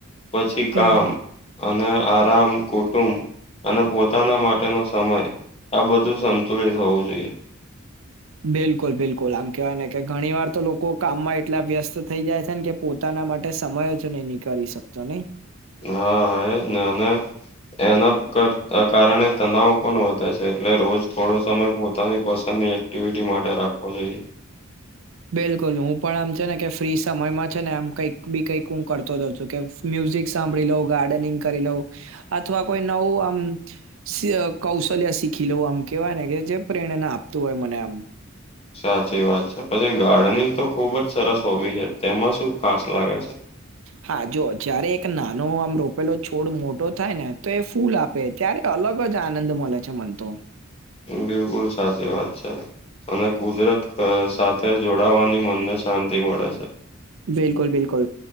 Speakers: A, on the left; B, on the right.
A: પછી
B: હમ
A: કામ અને આરામ કુટુંબ અને- પોતાના માટેનો સમય આ બધું સંતુલિત હોવું જોઈએ-
B: બિલકુલ બિલકુલ આમ કેવાય ને કે ઘણી વાર તો લોકો કામમાં એટલા વ્યસ્ત થઈ જાય છે ને કે- પોતાના માટે સમય જ નહી નીકારળી શકતો નહી.
A: હા હ ના ના- એના કર કારણે તનાવ પણ વધે છે. એટલે રોજ થોડો સમય પોતાની પસંદની એક- એક્ટિવિટી માટે રાખો જોઈએ-
B: બિલકુલ હું પણ આમ છે ને કે ફ્રી સમયમાં છે ને આમ કઈક બી કઈક હું કરતો રહઉં છું કે- મ્યુઝિક સાંભળી લોઉ ગાર્ડનિંગ કરી લઉ અથવા કોઈ નવું આમ- કૌશલ્ય શીખી લો આમ કેવાય ને કે જે પ્રેરણા આપતું હોય મને આમ-
A: સાચી વાત છે પછી ગાર્ડનિંગ તો ખુબ જ સરસ હોબી છે તેમાં શું ખાસ લાગે છે.
B: હા જો જયારે એક નાનો આમ રોપેલો છોડ મોટો થાય ને તો એ ફૂલ આપે- ત્યારે અલગ જ આનંદ મળે છે મન તો-
A: બિલકુલ સાચી વાત છે. અને કુદરત સાથે જોડાવાની મનને શાંતિ મળે છે.
B: બિલકુલ બિલકુલ